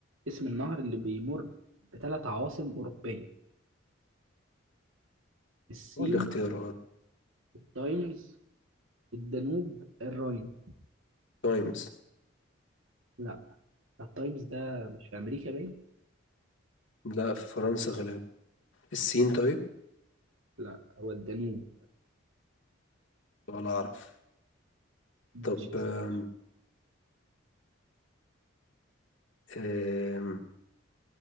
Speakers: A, on the right; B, on the left.
A: اسم النهر اللي بيمر بثلاث عواصم أوروبية السين
B: قول لي اختيارات
A: التايمز الدانوب الراين
B: تايمز
A: لا التايمز ده مش في أمريكا باين
B: لا في فرنسا غالبا الصين طيب
A: لا هو الدانوب
B: ولا أعرف
A: ماشي
B: طب
A: يا
B: آم،
A: سيدي
B: آم،